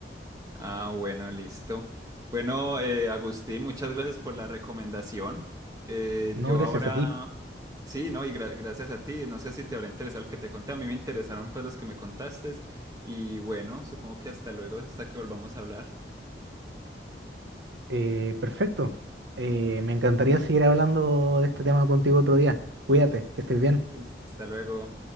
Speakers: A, on the right; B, on the right.
A: Ah, bueno, listo. Bueno, eh, Agustín, muchas gracias por la recomendación. Eh,
B: No,
A: yo
B: gracias
A: ahora,
B: a ti.
A: sí, ¿no? Y gra- gracias a ti. No sé si te habrá interesado el que te conté. A mí me interesaron pues los que me contaste. Y bueno, supongo que hasta luego, hasta que volvamos a hablar.
B: Eh, perfecto. Eh, me encantaría seguir hablando de este tema contigo otro día. Cuídate, que estés bien.
A: Listo, hasta luego.